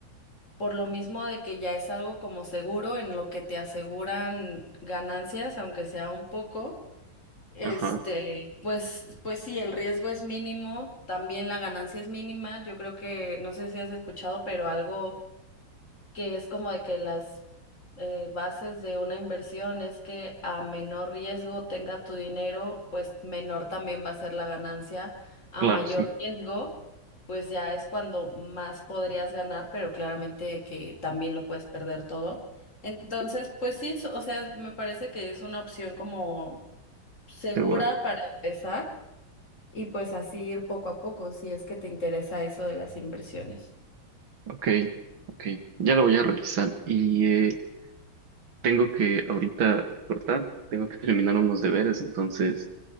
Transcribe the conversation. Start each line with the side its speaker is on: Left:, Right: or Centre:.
Left: por lo mismo de que ya es algo como seguro en lo que te aseguran ganancias, aunque sea un poco, este,
Right: Ajá,
Left: pues, pues sí, el riesgo es mínimo, también la ganancia es mínima. Yo creo que, no sé si has escuchado, pero algo que es como de que las eh, bases de una inversión es que a menor riesgo tenga tu dinero, pues menor también va a ser la ganancia. A
Right: claro,
Left: mayor
Right: sí,
Left: riesgo, pues ya es cuando más podrías ganar, pero claramente que también lo puedes perder todo. Entonces, pues sí, so- o sea, me parece que es una opción como segura
Right: segura.
Left: para empezar y pues así ir poco a poco si es que te interesa eso de las inversiones.
Right: Ok, ok, ya lo voy a revisar y eh, tengo que ahorita cortar, tengo que terminar unos deberes, entonces